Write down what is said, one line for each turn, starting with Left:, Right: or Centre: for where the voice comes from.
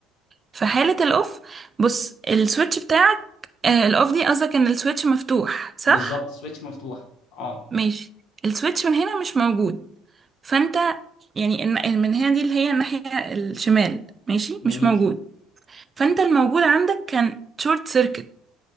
Right: في حالة الاوف بص السويتش بتاعك آه الاوف دي قصدك ان السويتش مفتوح صح
Left: بالظبط سويتش مفتوح اه
Right: ماشي السويتش من هنا مش موجود فانت يعني الن- من هنا دي اللي هي الناحية الشمال ماشي
Left: جميل
Right: مش موجود فانت الموجود عندك كان شورت سيركت